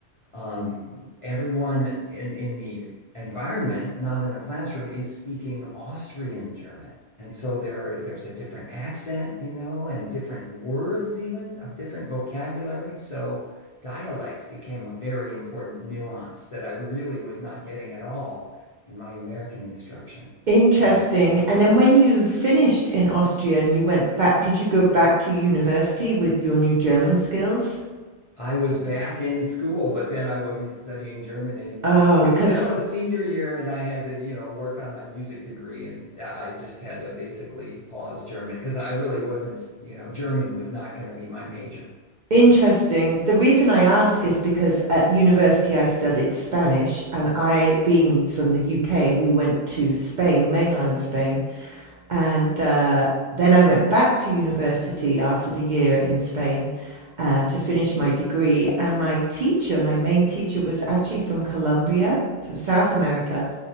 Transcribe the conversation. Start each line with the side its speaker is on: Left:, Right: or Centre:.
Left: um, everyone in, in the environment, not in a classroom, is speaking Austrian German. And so there there's a different accent, you know, and different words even of different vocabulary. So dialect became a very important nuance that I really was not getting at all in my American instruction.
Right: Interesting.
Left: So
Right: And then when you finished in Austria and you went back, did you go back to university with your new German skills?
Left: I was back in school, but then I wasn't studying German anymore.
Right: Oh,
Left: It
Right: because
Left: was that was senior year, and I had to, you know, work on my music degree, and I I just had to basically pause German because I really wasn't, you know, German was not going to be my major.
Right: Interesting.
Left: But
Right: The reason I ask is because at university I studied Spanish, and I, being from the UK, we went to Spain, mainland Spain. And uh, then I went back to university after the year in Spain uh, to finish my degree. And my teacher, my main teacher, was actually from Colombia, so South America.